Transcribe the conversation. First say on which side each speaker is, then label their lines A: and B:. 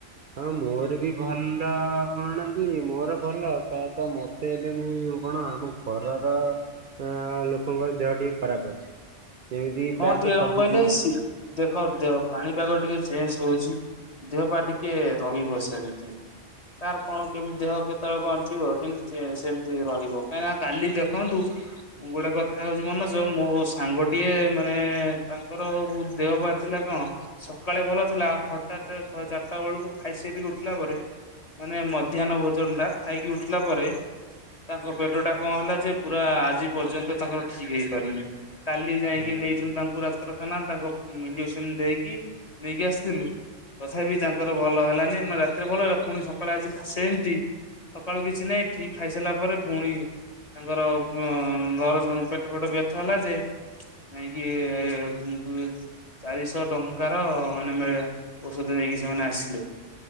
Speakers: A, on the right; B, on the left.
A: ହଁ ମୋର ବି ଭଲ କଣ କି ମୋର ଭଲ, ପ୍ରାୟତଃ ମତେ ଏବେ ମୁଁ କଣ କଣ ଆମ ଘରର ଅଁ ଲୋକଙ୍କର ଦେହ ଟିକେ ଖରାପ ଅଛି। ଯେମିତି
B: ହଁ
A: ପ୍ରାୟତଃ
B: ଟିକେ କଣ
A: ସବୁଦିନ
B: କହିଲେ, ଦେଖ ଦେହ ପାଣିପାଗ ଟିକେ ଚେଞ୍ଜ ହଉଛି ଦେହ ପା ଟିକେ ରହିବ ସେମତି। ତାର କଣ କେମତି ଦେହ କେତବେଳେ କଣ ଥିବ କିନ୍ତୁ ସେମତି ରହିବ କାହିଁନା କାଲି ଦେଖନ୍ତୁ, ଗୋଟେ କଥା ହଉଛି ମନୋଜ ମୋ ମୋ ସାଙ୍ଗଟା ଗୋଟିଏ ମାନେ ତାଙ୍କର ଦେହ ହବାର ଥିଲା କଣ ସକାଳେ ଭଲ ଥିଲା ହଠାତ୍ ଚାରିଟା ବେଳକୁ ଖାଇସାରିକି ଉଠିଲା ପରେ ମାନେ ମଧ୍ୟାହ୍ନ ଭୋଜନଟା ଖାଇକି ଉଠିଲା ପରେ ତାଙ୍କ ପେଟଟା କଣ ହେଲା ଯେ ପୁରା ଆଜି ପର୍ଯ୍ୟନ୍ତ ତାଙ୍କର ଠିକ ହେଇପାରୁନି। କାଲି ଯାଇଁକି
A: ଆଜ୍ଞା।
B: ନେଇଥିଲୁ ତାଙ୍କୁ ଡାକ୍ତରଖାନା ତାଙ୍କ ଇଞ୍ଜେକ୍ସନି ଦେଇକି ନେଇକି ଆସିଥିଲୁ ତଥାପି ତାଙ୍କର ଭଲ ହେଲାନି ମାନେ ରାତିରେ ଭଲ ହେଲା ଫୁଣି ସକାଳେ ଆଜି ଖା ସେମତି ସକାଳୁ କିଛି ନାହିଁ, ଠିକ ଖାଇସାରିଲା ପରେ ପୁଣି ତାଙ୍କର ଦରଜ ପେଟ ଫେଟ ବ୍ୟଥା ହେଲା ଯେ ଯାଇଁକି ଉମ୍ ଚାରିଶହ ଟଙ୍କାର ମାନେ ମିଳେ ଔଷଧ ହେଇକି ସେମାନେ ଆସିଲେ,